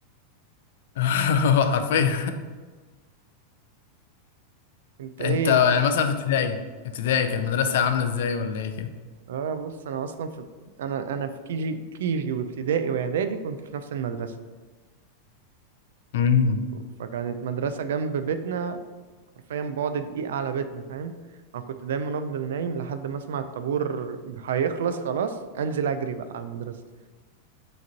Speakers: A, on the left (about 65°); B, on the right (about 80°).
A: <laughs> حرفيا
B: انت
A: <laughs>
B: ايه
A: انت يعني مثلا في ابتدائي ابتدائي كانت المدرسه عامله ازاي ولا ايه كده
B: اه بص انا اصلا في انا انا في كي جي كي جي وابتدائي واعدادي كنت في نفس المدرسه
A: امم
B: فكانت مدرسه جنب بيتنا حرفيا بعد دقيقه على بيتنا فاهم انا كنت دايما افضل نايم لحد ما اسمع الطابور هيخلص خلاص انزل اجري بقى على المدرسه